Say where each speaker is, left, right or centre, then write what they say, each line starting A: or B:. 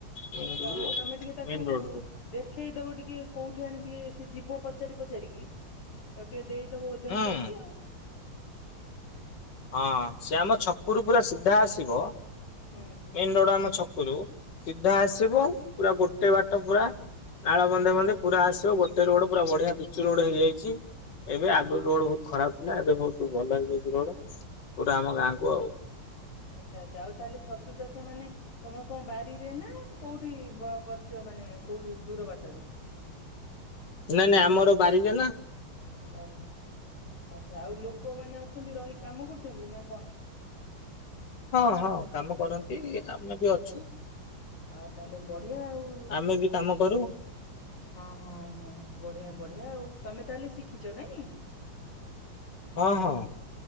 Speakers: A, on the left; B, on the left.
A: ମେନ
B: ଆଉ ତାହେଲେ
A: ରୋଡରୁ
B: ତମେ ଟିକେ ତାକୁ
A: ମେନ ରୋଡରୁ
B: ଦେଖେଇଦବ ଟିକେ କୋଉଠି ଆଣି କି ଟିକେ ସିଏ ଯିବ ପଚାରି ପଚାରିକି ତାକୁ ଟିକେ ଦେଇ ଦେଇଦବ ଓଜନ
A: ହୁଁ।
B: କରିକି ଆଉ।
A: ହଁ ସିଏ ଆମ ଛକରୁ ପୁରା ସିଧା ଆସିବ
B: ହୁଁ
A: ମେନ ରୋଡ ଆମ ଛକରୁ ସିଧା
B: ହୁଁ
A: ଆସିବ ପୁରା ଗୋଟେ ବାଟ ପୁରା। ନାଳ ବନ୍ଧେ ବନ୍ଧେ ପୁରା ଆସିବ ଗୋଟେ ରୋଡ ପୁରା ବଢିଆ ପିଚୁ ରୋଡ ହେଇଯାଇଛି। ଏବେ ଆଗରୁ ରୋଡ ବହୁତ ଖରାପ ଥିଲା ଏବେ ବହୁତ ଭଲ ହେଇଯାଇଛି ରୋଡ। ପୁରା ଆମ ଗାଁକୁ
B: ଓହୋ
A: ଆଉ।
B: ଆଚ୍ଛା ଆଚ୍ଛା ଆଉ ତାହେଲେ ଛତୁ ଚାଷ ମାନେ ତମ କଣ ବାରିରେ ନା? କୋଉଠି ବ କରିଚ ମାନେ କୋଉ ଦୂର ବାଟରେ।
A: ନାଇଁ ନାଇଁ ଆମର ବାରିରେ ନା।
B: ବାରିରେ ଆଚ୍ଛା ଆଉ ଲୋକମାନେ ଅଛନ୍ତି ରହି କି କାମ କରୁଚନ୍ତି ନା କଣ?
A: ହଁ ହଁ କାମ କରନ୍ତି ଆମେ ବି ଅଛୁ।
B: ଆଉ ତାହେଲେ ବଢିଆ ଆଉ।
A: ଆମେ ବି କାମ କରୁ
B: ହଁ ହଁ ହଁ ବଢିଆ ବଢିଆ ଆଉ ତମେ ତାହେଲେ ଶିଖିଚ ନାଇଁ?
A: ହଁ ହଁ।